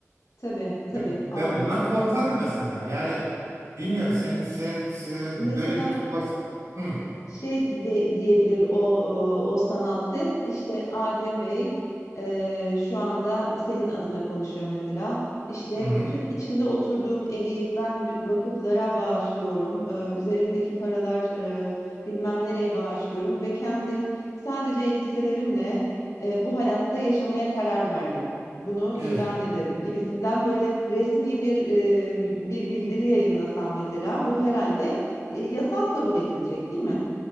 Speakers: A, on the left (about 80°); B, on the right (about 80°).
A: Tabii, tabii
B: Ben,
A: ağrır,
B: ben bundan
A: evet.
B: korkarım mesela. Yani bilmiyorum sen sen e,
A: Mesela
B: böyle bir olası. Hı
A: şey de diyebilir o e, o sanal ses işte Adem Bey e, şu anda senin adına konuşuyor mesela işte
B: hı. hı.
A: bütün içinde oturduğum evi ben bi- vakıflara bağışlıyorum E, üzerimdeki paralar e, bilmem nereye bağışlıyorum ve kendim sadece elbiselerimle e, bu hayatta yaşamaya karar verdim. Bunu
B: Evet.
A: ilan ederim gibisinden böyle resmi bir e, bir bildiri yayınlasam mesela bu herhalde e, yasal kabul edilecek değil mi?